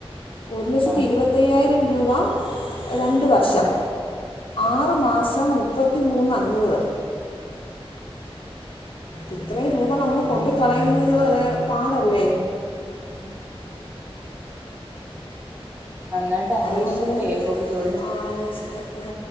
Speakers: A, on the left; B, on the right.
A: ഒരു ലക്ഷത്തി
B: ആഹ്
A: ഇരുപത്തയ്യായിരം രൂപ രണ്ട് വർഷം
B: ആഹ്
A: ആറ് മാസം മുപ്പത്തിമൂന്ന് അഞ്ഞൂറ് ഇത്രയും രൂപ നമ്മള് കൊണ്ട് കളയുന്നത് അ പാടല്ലേ
B: ഉ നന്നായിട്ട് അന്വേഷിച്ചിട്ടേ
A: അതുകൊണ്ട്
B: പോയി ജോയിൻ ചെയ്യ്
A: അന്വേഷിച്ചിട്ട് അത